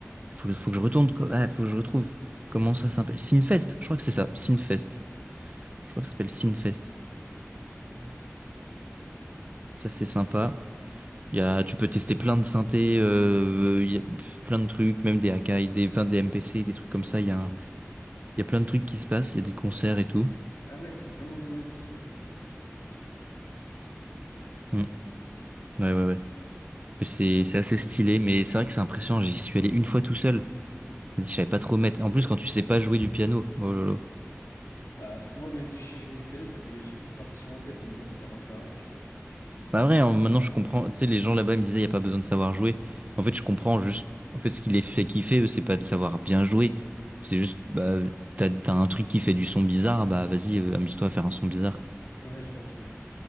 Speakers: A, on the right (about 30°); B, on the left (about 75°).
A: Faut, que- faut que je retourne. co- Ah, faut que je retrouve. Comment ça s'appelle? Sinfest, je crois que c'est ça. Sinfest. Je crois que ça s'appelle
B: S-
A: Sinfest.
B: Sinfest.
A: Ça, c'est sympa. Il Y a, tu peux tester plein de synthés, euh, il y a pff, plein de trucs, même des Akai, des, enfin, des MPC, des trucs comme ça. Il y a, un- il y a plein de trucs qui se passent. Il y a des concerts et tout.
B: Ah ouais, c'est vraiment dans notre ville, quoi, genre.
A: Hmm. Ouais, ouais, ouais. Mais c'est c'est assez stylé, mais c'est vrai que c'est impressionnant. J'y suis allé une fois tout seul. Vas-y, je savais pas trop mettre. En plus, quand tu sais pas jouer du piano, oh là là.
B: Bah, pff, moi, même si je sais jouer du piano, ça fait... J'ai plus de partition en tête, donc bon, ça sert un peu à rien, tu vois. <laughs>
A: Bah vrai, hein, maintenant je comprends. Tu sais, les gens là-bas me disaient, il n'y a pas besoin de savoir jouer. En fait, je comprends juste. En fait, ce qui les fait kiffer, eux, c'est pas de savoir bien jouer. C'est juste, bah, t'as, t'as un truc qui fait du son bizarre, bah vas-y, euh, amuse-toi à faire un son bizarre.
B: Ouais, je vois, je vois.